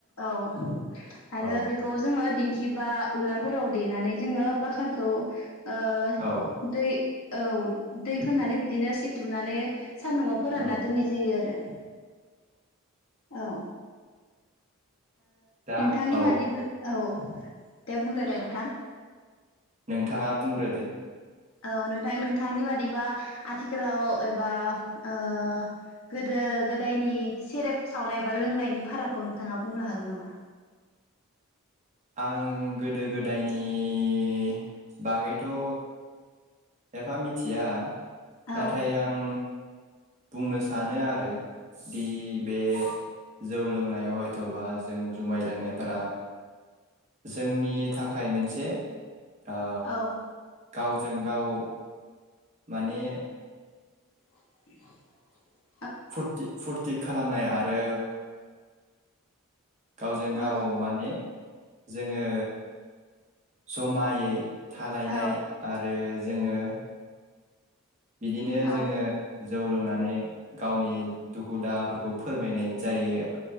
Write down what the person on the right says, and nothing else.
औ
औ
औ
दा
औ
नोंथाङा बुंग्रो दे।
आं गोदो गोदायनि। <unintelligible> बागै। द' एफा मिथिया नाथाय
आं बुंनो सानो आरो दि बे जौ लोंनायाव हयथ'बा जों जुमाय लोंनायफोरा जोंनि थाखाय मोनसे ओ
गावजों गाव माने
फुरटि फुर थिग खालामनाय आरो गावजों
गाव माने जोङो जमायै थालायनाय
आरो जोङो बिदिनो
जोङो जौ लोंनानै गावनि दुखु दाहाफोरखौ फोरमायनाय जायो